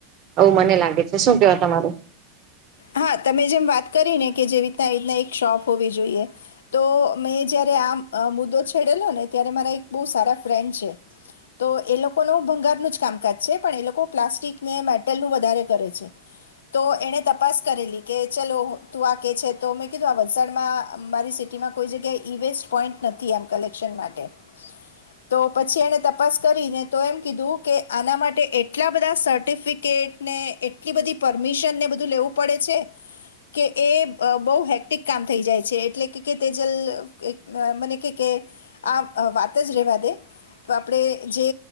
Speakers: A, on the right; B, on the left.
A: આવવું મને લાગે છે શું કેવા તમારું?
B: હા તમે જેમ વાત કરીને કે જે રીતના આ રીતના એક શોપ હોવી જોઈએ તો મેં જયારે આ મુદ્દો છેડેલો ને ત્યારે મારા એક બહુ સારા ફ્રેન્ડ છે, તો એ લોકોનો ભંગારનું જ કામકાજ છે પણ એ લોકો પ્લાસ્ટિકને મેટલનું વધારે કરે છે, તો એને ત તપાસ કરેલી કે ચલો તું આ કેહે છે તો મેં કીધું આ વલસાડમાં મારી સિટીમાં કોઈ જગ્યાએ ઇ વેસ્ટ પોઈન્ટ નથી એમ કલેક્શન માટે. તો પછી એને તપાસ કરીને તો એમ કીધું કે આના માટે એટલા બધા સર્ટિફિકેટને એટલી બધી પરમિશન ને બધું લેવુ પડે છે કે એ બહુ હેક્ટિક કામ થઈ જાય છે, એટલે કે તેજલ મને કે આ વાત જ રેવા દે તો આપણે જે